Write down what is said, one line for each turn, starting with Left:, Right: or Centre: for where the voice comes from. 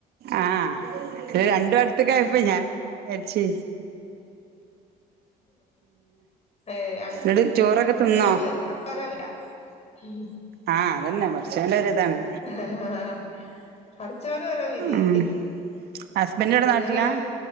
Right: ആഹ് ക്ക് രണ്ടു അടുത്തേക്കായിപ്പോയ് ഞാ അച്ച്.
Left: ഏയ് അങ്ങനൊന്നുല്ല
Right: എന്നിട്ട് ചോറൊക്കെ തിന്നോ
Left: അവെക്കൊരവിയാ. ഉം
Right: ആഹ് അതന്നെ പടച്ചേന്റെ ഒര് ഇതാണ്.
Left: ആ പടച്ചോന്റെ ഓരോ വിധി.
Right: ഉം ഹസ്ബൻഡ് ഇവിടെ
Left: പിന്നെ
Right: നാട്ടിലാ
Left: വേറ്